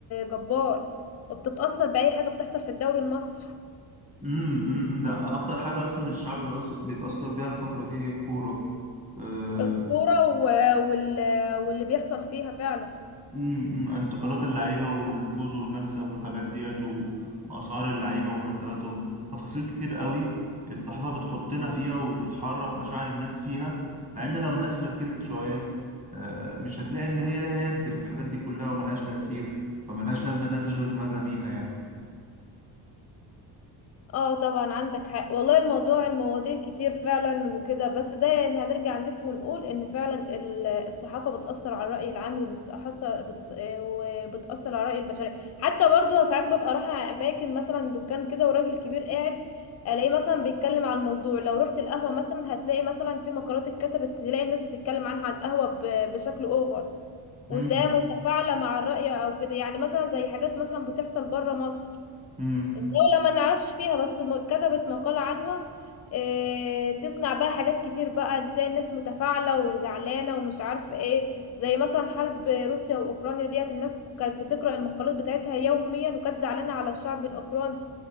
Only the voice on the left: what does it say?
جبار وبتتأثر بأي حاجة بتحصل في الدوري المصري
الكورة و... وال... واللي بيحصل فيها فعلا
اه طبعا عندك حق والله الموضوع المواضيع كتير فعلا وكده بس ده يعني هنرجع نلف ونقول ان فعلا ال- الصحافة بتأثر على الرأي العام وبتأثر بتس- وبتأثر على الرأي البشري حتى برضو ساعات ببقى رايحة أماكن مثلا دكان كده وراجل كبير قاعد الاقيه مثلا بيتكلم على الموضوع لو رحت القهوة مثلا هتلاقي مثلا في مقالات اتكتبت تلاقي الناس بتتكلم عنها على القهوة ب- بشكل اوفر
وتلاقيها متفاعلة مع الرأي او كده يعني مثلا زي حاجات مثلا بتحصل بره مصر
الدولة ما نعرفش فيها بس م- كتبت مقالة عنها إيه تسمع بقى حاجات كتير بقى تلاقي الناس متفاعلة وزعلانة ومش عارف ايه زي مثلا حرب روسيا وأوكرانيا ديت الناس كانت بتقرأ المقالات بتاعتها يوميا وكانت زعلانة على الشعب الأوكراني